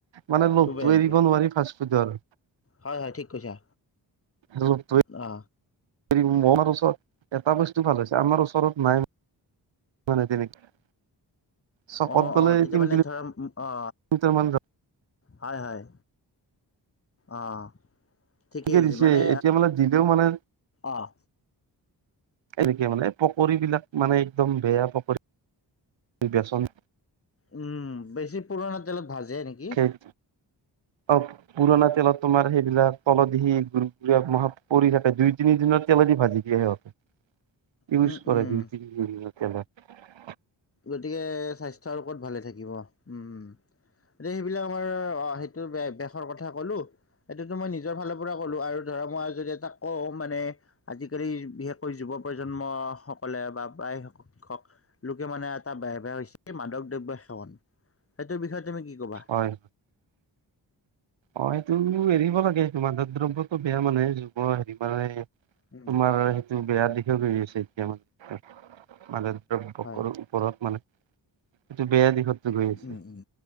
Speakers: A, on the right; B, on the left.
A: মানে লোভটো
B: টো বেয়া অভ্যাস।
A: এৰিব নোৱাৰি ফাষ্টফুডৰ।
B: হয়, হয়। ঠিক কৈছা।
A: লোভটোৱে
B: অ
A: হেৰি মৰাৰ ওচৰত এটা বস্তু ভাল হৈছে। আমাৰ ওচৰত নাই। <unintelligible> চকত
B: অঁ,
A: গ'লে
B: অঁ তেতিয়া
A: তিন
B: মানে, ধৰা অ
A: কিলোমিটাৰ মান যাব
B: হয়-হয়। অঁ-অ। ঠিকেই
A: কে
B: হৈছে।
A: দিছে
B: মানে
A: এতিয়া দিলেও মানে
B: অহ
A: এনেকে মানে পকৰী বিলাক মানে একদম বেয়া পকৰী। বেচন
B: উম বেছি পুৰণা তেলত ভাজে নেকি?
A: খেত অ পুৰণা তেলত তোমাৰ সেইবিলাক তলত দিহি মহ পৰি থাকে। দুই, তিনি দুদিনৰ তেলেদি ভাজি দিয়ে সিহঁতে। ইউজ
B: উম,
A: কৰে
B: উম,
A: দুই, তিনি দিনৰ তেলত।
B: গতিকে স্বাস্থ্য আৰু কত ভালে থাকিব? উম, উম এতিয়া সেইবিলাক ৰ অ সেইটো বেশ বেশৰ কথা কলোঁ, সেইতোটো মই নিজৰ ফালৰ পৰ পৰা ক'লোঁ আৰু ধৰা মই যদি তাক কওঁ মানে আজিকালি বিশেষকৈ যুৱ প্ৰজন্ম সকলে বা প্ৰায় শিক্ষক লোক মানে এটা বে বেয়া হৈছে কি মাদক দ্ৰব্য সেৱন। সেইটোৰ বিষয়ে তুমি কি ক'বা?
A: হয়। অ এইটো কিন্তু এৰিব লাগে। তোমাৰ মাদক দ্ৰব্যতো বেয়া মানে যো অ হেৰি কাৰণে।
B: উম,
A: তোমাৰ সেইটো বেয়া দিশে বেৰি আছে এতিয়াওঁ মানে। দব
B: হয়,
A: কৰো ওপৰত মানে এইটো বেয়া দিশত গৈ আছে
B: উম, উম,